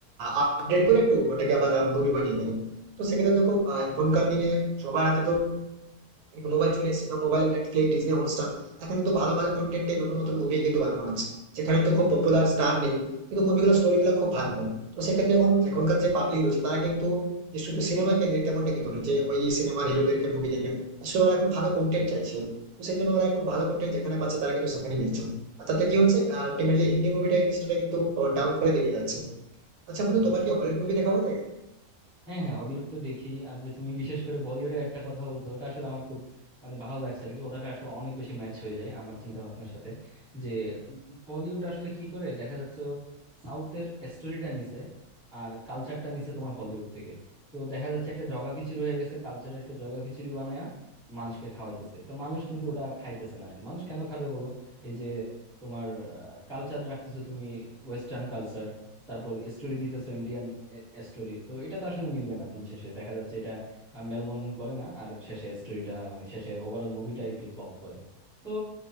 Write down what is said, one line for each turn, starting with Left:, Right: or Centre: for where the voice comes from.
Right: আপডেট করে একটু ওটাকে আবার মুভি বানিয়ে গেল তো সেক্ষেত্রে দেখো আহ, এখনকার দিনে সবার হাতে তো কিন্তু মোবাইল চলে এসেছে তো মোবাইলে নেটফ্লিক্স ডিজনি হটস্টার এখন কিন্তু ভালো ভালো কন্টেন্টে নতুন নতুন মুভি কিন্তু বানানো হচ্ছে সেখানে তো খুব পপুলার স্টার নেই কিন্তু মুভিগুলো স্টোরিগুলো খুব ভালো হয় তো সেক্ষেত্রে এখন এখনকার যে পাবলিক রয়েছে তারা কিন্তু যে শুধু সিনেমা কেন্দ্রিক তেমনটা কিন্তু নয় যে ওই সিনেমার হিরোদেরকে মুভি দেখবে আসলে ওরা এখন ভালো কন্টেন্ট চাইছে তো সেই জন্য ওরা এখন ভালো কন্টেন্ট যেখানে পাচ্ছে তারা কিন্তু সেখানে দেখছে আর তাতে কি হচ্ছে আলটিমেটলি হিন্দি মুভিটা ইন্ডাস্ট্রিটা কিন্তু ডাউন করে দিকে যাচ্ছে আচ্ছা
Centre: হুম,
Right: বন্ধু তোমার কি হলিউড মুভি দেখা হয় থাকে
Centre: হ্যাঁ হ্যাঁ হলিউড তো দেখি আর যে তুমি বিশেষ করে বলিউডের একটা কথা বলছো ওটা আসলে আমার খুব মানে ভালো লাগছে আর কি ওটাটা আসলে অনেক বেশি ম্যাচ হয়ে যায় আমার চিন্তা ভাবনার সাথে যে বলিউড আসলে কি করে দেখা যাচ্ছে ও সাউথের স্টোরিটা নিছে আর কালচারটা নিছে তোমার হলিউড থেকে তো দেখা যাচ্ছে একটা জগা খিচুড়ি হয়ে গেছে কালচারের একটা জগা খিচুড়ি বানায়া মানুষকে খাওয়াইতেছে তো মানুষ কিন্তু ওটা খাইতেছে না আর কি মানুষ কেন খাবে বলো এই যে তোমার কালচার রাখতেছো তুমি ওয়েস্টার্ন কালচার তারপর স্টোরি দিতেছো ইন্ডিয়ান স্টোরি তো এটা তো আসলে মিলবে না দিন শেষে দেখা যাচ্ছে এটা আহ, মেলবন্ধন করে না আর শেষে স্টোরিটা মানে শেষে ওভারঅল মুভিটা আর কি ফ্লপ করে তো